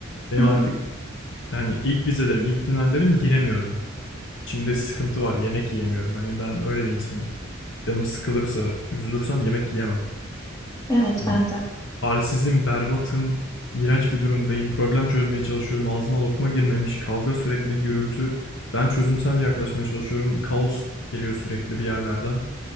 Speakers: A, on the left; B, on the left.
A: Benim
B: Hı
A: artık
B: hı.
A: yani ilk vizelerim, ilk finallerim giremiyorum. Şimdi sıkıntı var, yemek yiyemiyorum. Hani ben öyle bir insanım. Canım sıkılırsa, üzülürsem yemek yiyemem.
B: Evet,
A: Hani
B: ben de.
A: Halsizim, berbatım, iğrenç bir durumdayım, problem çözmeye çalışıyorum, ağzıma lokma girmemiş, kavga sürekli, gürültü. Ben çözümsel yaklaşmaya çalışıyorum, kaos geliyor sürekli bir yerlerden.